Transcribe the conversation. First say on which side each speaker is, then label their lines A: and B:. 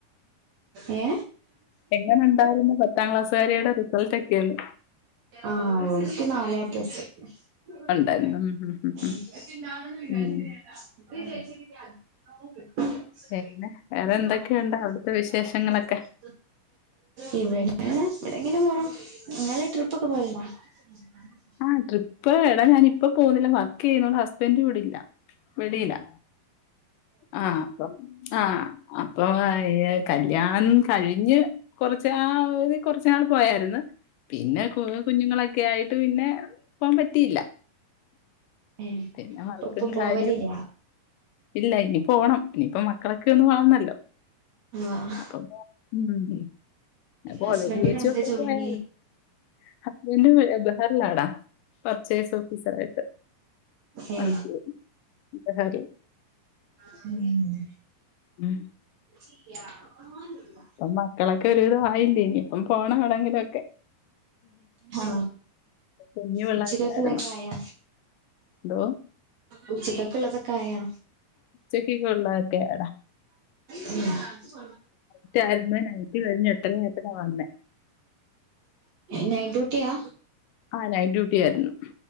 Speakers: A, on the right; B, on the left.
A: ഏ
B: എങ്ങനൊണ്ടായിരുന്നു പത്താം ക്ലാസുകാരിയുടെ റിസൾട്ടൊക്കേന്ന്.
A: ആ ഓൾക്ക് നാല് എ പ്ലസ്. <unintelligible>
B: ഉണ്ടായിരുന്നു ഉം ഉം ഉം ഉം ഉം
A: <unintelligible>
B: പിന്നെ വേറെ എന്തൊക്കെയുണ്ട് അവിടുത്തെ വിശേഷങ്ങളൊക്കെ?
A: ഇവിടെ ഇവിടിങ്ങനെ പോണു നിങ്ങള് ട്രിപ്പൊക്കെ പോയിരുന്നോ. <unintelligible>
B: ആ ട്രിപ്പ് എടാ ഞാൻ ഇപ്പം പോകുന്നില്ല വർക്ക് ചെയ്യുന്നോണ്ട് ഹസ്ബൻഡ് ഇവിടില്ല. ഇവിടെയില്ലാ ആ ആ അപ്പം കല്യാണം കഴിഞ്ഞ്. കൊറച്ച്നാളൂതി കൊറച്ചു നാള് പോയായിരുന്നു പിന്നെ കുഞ്ഞുങ്ങളൊക്കെയായി ട്ട് പിന്നെ പോവാൻ പറ്റിയില്ല.
A: ഏ
B: പിന്നെ വർക്കും
A: ഇപ്പൊ പോവലില്ല
B: കാര്യേം ഇല്ല ഇനി പോണം ഇനിയിപ്പോ മക്കളൊക്കെ ഒന്ന് വളർന്നല്ലോ
A: ആഹ്
B: അപ്പൊ. ഉം കോളേജി
A: ഹസ്ബൻഡിന്
B: വെച്ചൊക്കെ
A: എന്താ ജോലി
B: പോയാരുന്നു. Husband ബഹറിലാടാ purchase ഓഫീസറായിട്ട്.
A: ഏ
B: വർക്ക് ബഹറില്.
A: ഉം.
B: ഉം.
A: <unintelligible>
B: ഇപ്പം മക്കളൊക്കെ ഒരു വിധം ആയില്ലേ ഇനി ഇപ്പം പോണം എവിടെങ്കിലുമൊക്കെ.
A: ഹാ
B: കുഞ്ഞു പിള്ളേരല്ലായിരുന്നോ
A: ഉച്ചക്കക്കുള്ള ഒക്കെ ആയാ?
B: എന്തോ
A: ഉച്ചക്കൊക്കെ ഉള്ളതൊക്കെ ആയാ.
B: ഉച്ചക്കൊക്കെ ഉള്ളതൊക്കെയാടാ
A: മ്.
B: റ്റായിരുന്നു നൈറ്റ് കഴിഞ്ഞ് എട്ടര ആയപ്പഴാ വന്നേ.
A: നൈറ്റ് ഡ്യൂട്ടിയാ.
B: ആഹ് നൈറ്റ് ഡ്യൂട്ടി ആയിരുന്നു.